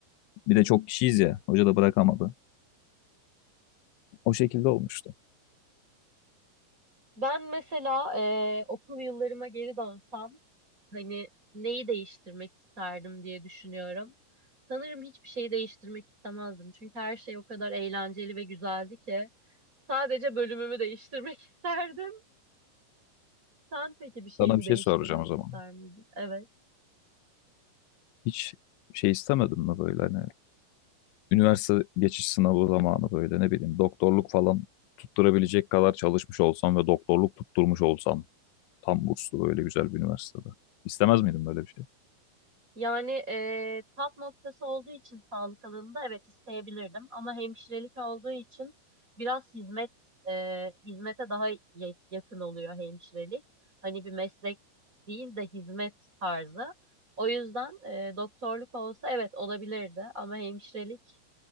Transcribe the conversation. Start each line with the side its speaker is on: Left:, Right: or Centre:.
Left: Bir de çok kişiyiz ya. Hoca da bırakamadı. O şekilde olmuştu.
Right: Ben mesela eee, okul yıllarıma geri dönsem hani neyi değiştirmek isterdim diye düşünüyorum. Sanırım hiçbir şeyi değiştirmek istemezdim. Çünkü her şey o kadar eğlenceli ve güzeldi ki sadece bölümümü değiştirmek <laughs> isterdim. Sen peki bir şeyini
Left: Sana bir şey
Right: değiştirmek
Left: soracağım o zaman.
Right: ister miydin? Evet.
Left: Hiç şey istemedin mi böyle hani üniversite geçiş sınavı zamanı böyle ne bileyim doktorluk falan tutturabilecek kadar çalışmış olsam ve doktorluk tutturmuş olsam tam burslu böyle güzel bir üniversitede. İstemez miydin böyle bir şey?
Right: Yani e, tap noktası olduğu için sağlık alanında evet isteyebilirdim ama hemşirelik olduğu için biraz hizmet e, hizmete daha ya- yakın oluyor hemşirelik. Hani bir meslek değil de hizmet tarzı. O yüzden e, doktorluk olsa evet olabilirdi ama hemşirelik